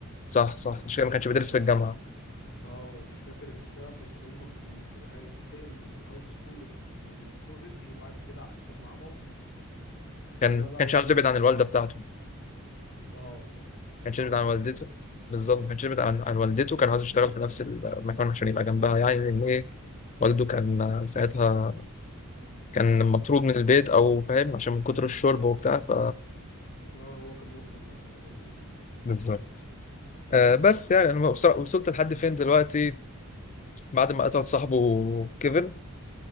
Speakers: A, on the left; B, on the left.
A: صح صح
B: ما كنت
A: عشان
B: مش
A: كده ما كانش
B: فاكر
A: بيدرس في
B: مش
A: الجامعه
B: اه مش فاكر السبب بس هم كان المفروض هينتقل من الهاي سكول لل- للكوليدج وبعد كده حصل معاه موقف خلاه
A: كان
B: بقى
A: كانش
B: يغير
A: عاوز يبعد عن
B: خطته
A: الوالده بتاعته ما
B: اه وهم
A: كانش يبعد
B: رفضوا
A: عن والدته
B: تقريبا
A: بالظبط
B: اه
A: ما كانش يبعد عن, عن والدته كان عاوز يشتغل في نفس المكان عشان يبقى جنبها يعني لان ايه والده كان ساعتها كان
B: ايوه
A: مطرود من البيت او فاهم عشان من كتر الشرب وبتاع ف
B: اه هو كان مدمن الكحول فعلا
A: بالظبط آه بس يعني انا وصل- وصلت لحد فين دلوقتي بعد ما قتل صاحبه كيفن